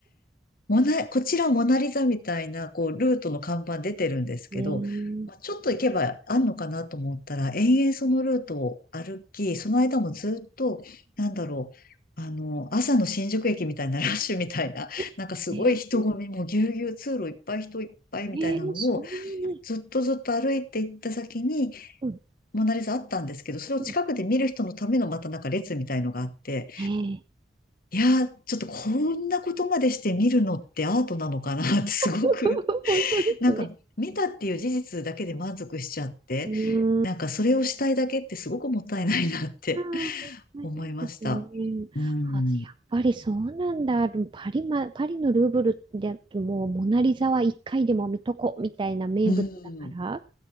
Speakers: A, on the left (about 55°); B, on the right (about 30°).
A: モナ、こちらモナリザみたいな、こう、ルートの看板出てるんですけど、
B: えー、
A: まあ、ちょっと行けばあんのかなと思ったら、延々そのルートを歩き、その間もずっと、なんだろう、あの、朝の新宿駅みたいなラッシュみたいな、<laughs>
B: え、
A: なんかすごい人混みもぎゅうぎゅう通路いっぱい人いっぱいみたいなのを、
B: えー、えーそんなに。
A: ずっとずっと歩いて行った先に、
B: うん、
A: モナリザあったんですけど、それを近くで見る人のためのまたなんか列みたいのがあって、
B: うん。えー、
A: いやー、ちょっとこんなことまでして見るのってアートなのかなって <laughs> すごく、
B: <laughs> 本当ですね。
A: なんか見たっていう事実だけで満足しちゃって、
B: うーん。
A: なんかそれをしたいだけってすごくもったいないなって
B: ああ、もったいないですね。
A: 思いました。うん。
B: あ、やっぱりそうなんだ。でもパリま、パリのルーブルでもうモナリザは一回でも見とこみたいな名物だから
A: うん。